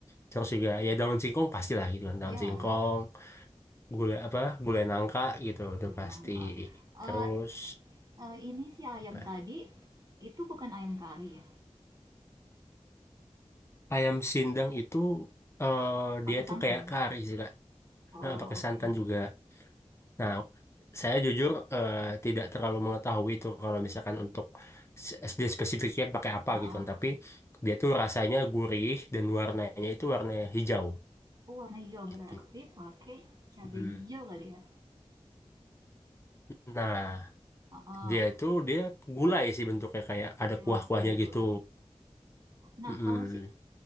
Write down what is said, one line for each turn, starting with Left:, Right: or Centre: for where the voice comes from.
Left: terus juga ya daun singkong pastilah gitu kan
Right: ya
Left: daun singkong gula apa gulai nangka gitu udah
Right: gulai
Left: pasti
Right: nangka.
Left: terus
Right: Eee eee, ini si ayam
Left: apa,
Right: tadi,
Left: ya,
Right: itu bukan ayam kari ya?
Left: ayam sindang itu eh,
Right: Pakai
Left: dia
Right: santan?
Left: tuh kayak kari sih kak
Right: Oh,
Left: Eh, pakai santan
Right: Oke,
Left: juga Nah, saya jujur eh, tidak terlalu mengetahui itu kalau misalkan untuk s- SD spesifiknya pakai apa
Right: nah
Left: gitu. Tapi dia tuh rasanya gurih dan warnanya itu warna hijau
Right: Oh, warna hijau,
Left: gitu.
Right: berarti pakai cabai
Left: Mm.
Right: hijau kali ya?
Left: Nah,
Right: ah ah.
Left: dia itu dia gulai sih bentuknya kayak ada
Right: ya
Left: kuah-kuahnya
Right: kayak gulai.
Left: gitu.
Right: Nah,
Left: Mm-mm.
Right: kalau si